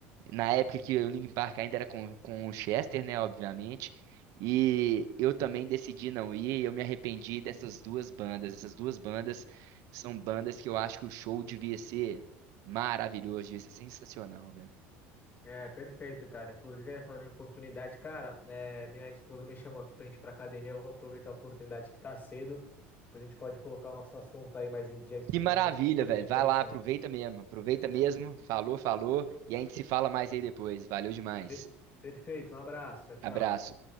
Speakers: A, on the right; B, on the left.
A: Na época que o Linkin Park ainda era com, com o Chester, né, obviamente. E eu também decidi não ir, e eu me arrependi dessas duas bandas. Essas duas bandas são bandas que eu acho que o show devia ser maravilhoso, devia ser sensacional, velho.
B: É, perfeito, cara. Inclusive, é, falando em oportunidade, cara, é, minha esposa me chamou aqui pra gente ir pra academia. Eu vou aproveitar a oportunidade que tá cedo. Depois a gente pode colocar o nosso assunto aí mais em dia aí sobre
A: Que maravilha,
B: música, que foi
A: velho.
B: bem interessante.
A: Vai lá, aproveita mesmo. Aproveita mesmo. Falou, falou. E a gente se fala mais aí depois. Valeu demais.
B: Per- perfeito, um abraço. Tchau, tchau.
A: Abraço.